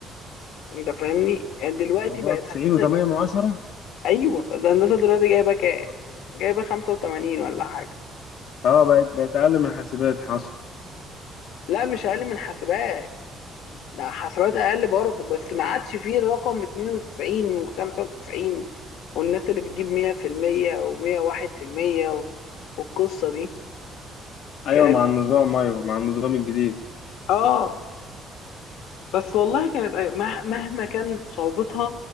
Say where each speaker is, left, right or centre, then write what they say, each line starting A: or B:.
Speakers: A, on the left (about 85°); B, on the left (about 60°).
A: انت فاهمني دلوقتي
B: 94
A: بقت هندسه
B: و8
A: جايبة...
B: من عشرة
A: ايوه ده هندسه دلوقتي جايبه كام
B: اه
A: جايبه 85 ولا حاجه
B: آه، بقت بقت اقل من حاسبات حصل
A: لا مش اقل من حاسبات ده حسابات اقل برضه بس ما عادش فيه الرقم 92 و95 والناس اللي بتجيب 100% و101% و... والقصه دي
B: ايوه
A: كانت
B: مع النظام ايوه مع النظام الجديد
A: اه بس والله كانت أي- مه- مهما كانت صعوبتها